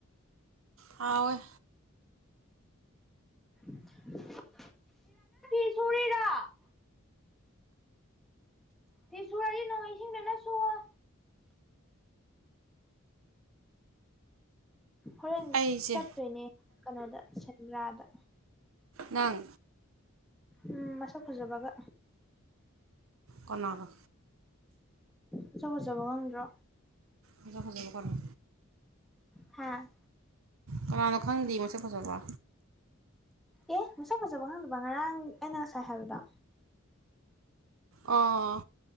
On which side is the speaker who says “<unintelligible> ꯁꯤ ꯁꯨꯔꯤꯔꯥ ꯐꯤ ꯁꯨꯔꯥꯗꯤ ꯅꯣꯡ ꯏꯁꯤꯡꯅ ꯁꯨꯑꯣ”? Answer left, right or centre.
Centre